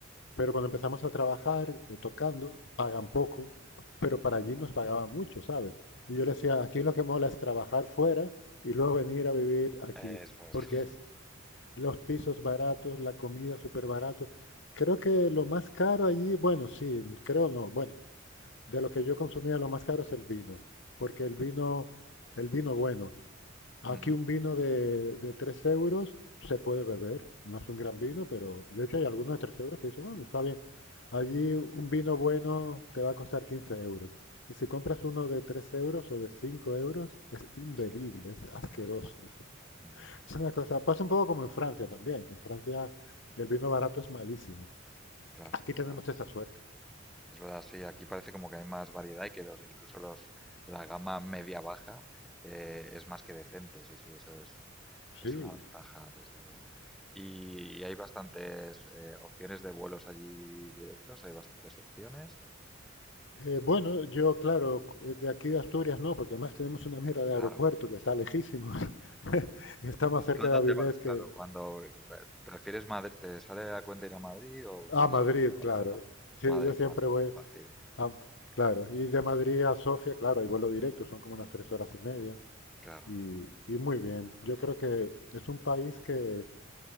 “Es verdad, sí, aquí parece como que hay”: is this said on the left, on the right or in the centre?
Centre